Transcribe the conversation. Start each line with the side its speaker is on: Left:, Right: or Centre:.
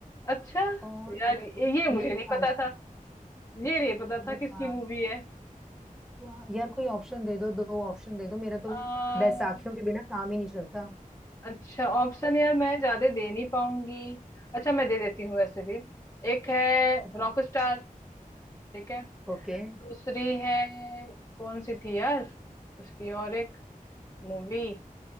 Left: अच्छा
Centre: और
Left: यार ये मुझे
Centre: मेरे ख्याल
Left: नहीं पता
Centre: से
Left: था ये नहीं पता
Centre: बता
Left: था किसकी मूवी है
Centre: क्या यार कोई ऑप्शन दे दो दो ऑप्शन दे दो मेरा
Left: आ,
Centre: तो बैसाखियों के बिना काम ही नहीं चलता
Left: अच्छा ऑप्शन यार मैं ज्यादा दे नहीं पाऊंगी अच्छा मैं दे देती हूँ वैसे भी एक है
Centre: बताओ
Left: रॉक स्टार ठीक है
Centre: ओके
Left: दूसरी है कौन सी थी यार उसकी और एक मूवी